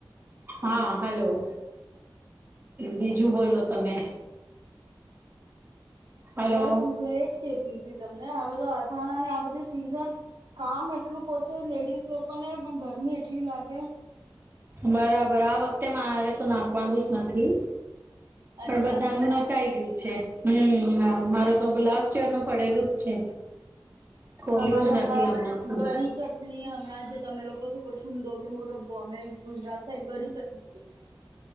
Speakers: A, on the right; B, on the right.
A: હા હલોો. બીજું બોલો તમે. હલો.
B: બસ હું એજ કેતી હતીી તમને આ બધો અથાણાને આ બધી સીઝન કામ એટલું પોહોંચે લેડીઝ લોકોને પણ ગરમી એટલી લાગે.
A: બરાબર આ વખતે મારે તો નાખવાનું જ નથી. પણ
B: અચ્છા
A: બધા
B: તો
A: ન
B: શાંત
A: નખાઈ ગયું છે. હમ.
B: હા
A: મારે તો લાસ્ટ યર નું પડેલું જ છે. ખોલ્યું
B: અમારે
A: જ
B: હમણાં
A: નથી ફૂલ
B: ગરી ચટણી હમણાં જે તમે લોકો શું કહ છૂંદો કે મુરબ્બો અમે ગુજરાત સા એક ગરી ચટણી.